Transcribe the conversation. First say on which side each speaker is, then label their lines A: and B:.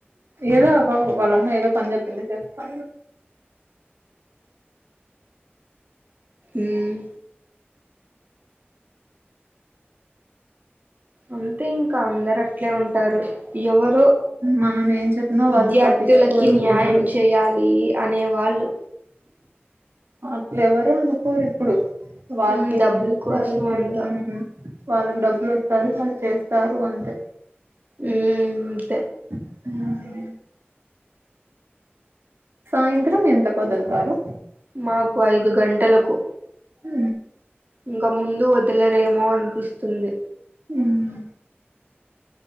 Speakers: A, on the right; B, on the right.
A: ఏదో అబా వాళ్లమ్మ ఏదో పని చెప్పింది చేస్తా
B: ఉమ్ అంతే ఇంకా అందరు అట్లే ఉంటారు ఎవరో
A: మనం ఏం చెప్పినా
B: విద్యార్థులకి
A: వాళ్ళు పట్టించుకోరు
B: న్యాయం
A: వినరు
B: చేయాలి అనే వాళ్ళు
A: అట్ల ఎవరు అనుకోరు ఇప్పుడు వాళ్ళకి
B: మ్మ్
A: ఏది
B: డబ్బుల
A: నచ్చితే
B: కోసం
A: అది చేయడం
B: అంతా
A: వాళ్ళకి డబ్బులు వస్తాయి వాళ్ళు చేస్తారు అంతే
B: ఉమ్ అంతే
A: ఆ సాయంత్రం ఎంతకు వదులుతారు
B: మాకు ఐదు గంట టలకు
A: హ
B: ఇంకా ముందు వదలరేమో అనిపిస్తుంది
A: ఉమ్